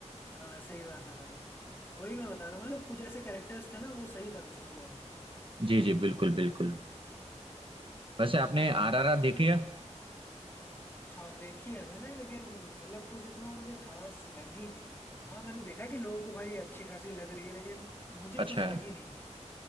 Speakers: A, on the left (about 20°); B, on the right (about 45°).
A: हाँ सही बात है भाई वही मैं बता रहा हूँ मतलब कुछ ऐसे कैरेक्टर्स थे ना वो सही था उसमें बहुत
B: जी जी बिल्कुल बिल्कुल वैसे आपने आरआरआर देखी है
A: हाँ देखी है मैंने लेकिन मतलब कुछ इतना मुझे खास लगी नहीं हाँ मैंने देखा कि लोगों को भाई अच्छी खासी लग रही है लेकिन मुझे
B: अच्छा
A: कुछ
B: है
A: लगी नहीं